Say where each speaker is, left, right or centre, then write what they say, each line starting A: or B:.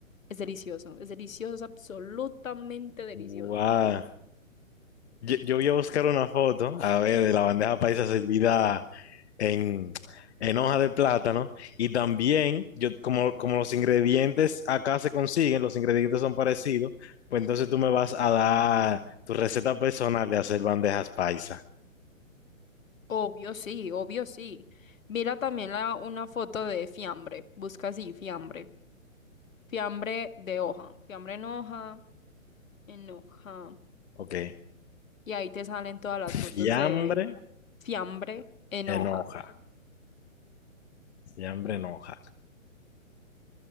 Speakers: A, on the left (about 70°); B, on the left (about 50°).
A: Es delicioso, es delicioso, es absolutamente delicioso.
B: Guau. Yo, yo voy a buscar una foto, a ver, de la bandeja paisa servida en, en hoja de plátano. Y también, yo, como, como los ingredientes acá se consiguen, los ingredientes son parecidos, pues entonces tú me vas a dar tu receta personal de hacer bandejas paisa.
A: Obvio sí, obvio sí. Mira también la, una foto de fiambre. Busca así, fiambre. Fiambre de hoja. Fiambre en hoja, en hoja.
B: Ok.
A: Y ahí te salen todas las fotos
B: Fiambre
A: de fiambre en
B: en
A: hoja.
B: hoja. Fiambre en hoja.